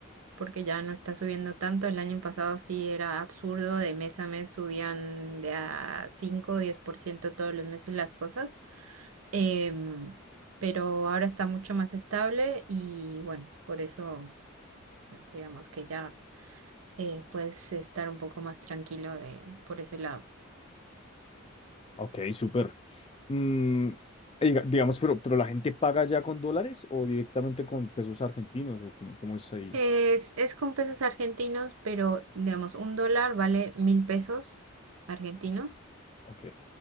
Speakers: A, on the right; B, on the left.
A: porque ya no está subiendo tanto. El año pasado sí era absurdo, de mes a mes subían de a 5 o 10% todos los meses las cosas, em, pero ahora está mucho más estable y bueno, por eso digamos que ya eh, puedes estar un poco más tranquilo de, por ese lado.
B: ok, súper. Mm, diga- digamos, pero, pero la gente paga ya con dólares o directamente con pesos argentinos o cómo, cómo es ahí.
A: Es, es con pesos argentinos, pero digamos, un dólar vale mil pesos argentinos.
B: Ok,